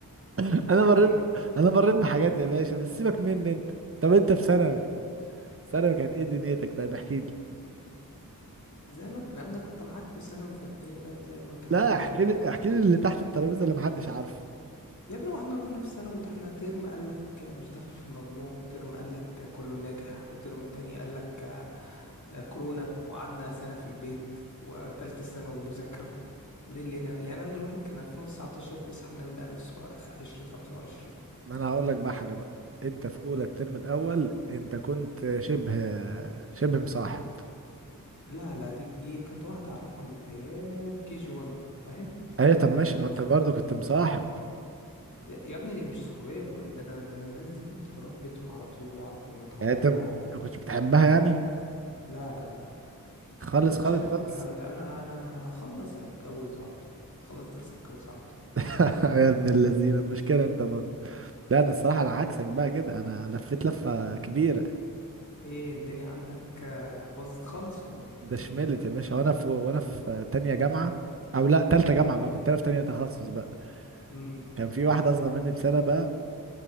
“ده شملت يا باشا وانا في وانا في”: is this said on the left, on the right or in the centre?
Right